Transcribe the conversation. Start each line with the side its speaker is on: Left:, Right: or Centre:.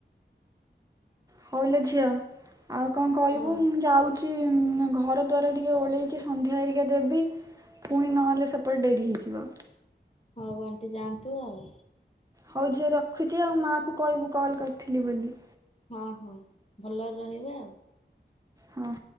Right: ହଉଲୋ ଝିଅ ଆଉ କଣ କହିବୁ
Left: ହଁ
Right: ମୁଁ ଯାଉଚି ଘର ଦ୍ଵାର ଟିକେ ଓଳେଇକି ସନ୍ଧ୍ୟା ହେରିକା ଦେବି ଫୁଣି ନହେଲେ ସେପଟେ ଡେରି ହେଇଯିବ।
Left: ହଉ ଆଣ୍ଟି ଯାଆନ୍ତୁ ଆଉ।
Right: ହଉ ଝିଅ ରଖୁଛି ଆଉ ମାକୁ କହିବୁ କଲ୍ କରିଥିଲି ବୋଲି?
Left: ହଁ ହଁ ଭଲରେ ରହିବେ ଆଉ।
Right: ହଁ।